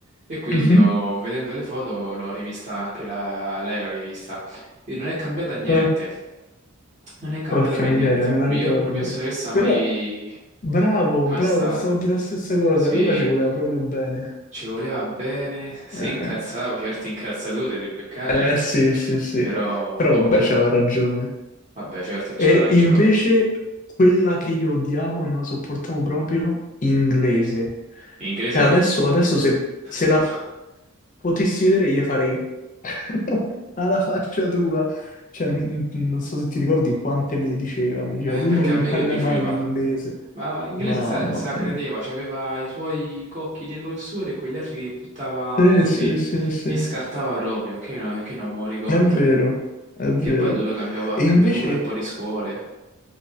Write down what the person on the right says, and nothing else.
e quindi
ho- vedendo le foto l'ho rivista anche la- lei, l'ho rivista e non è cambiata niente,
non è cambiata
per
niente.
Miglior
professoressa
mai,
mai
stata.
Sì,
ci voleva bene, se
incazzava, certi incazzature se beccavi,
però
vabbè, certo che
c'aveva ragione.
In inglese
<laughs>
Eh,
perché
a
me che diceva?
Ma in inglese
se, se la
credeva, c'aveva i suoi cocchi dei professori e quegli altri che buttava
così,
li scartava proprio, che, no, che non me lo ricordo.
Che poi ha dovuto cambiare, ha
cambiato
pure un po' di scuole.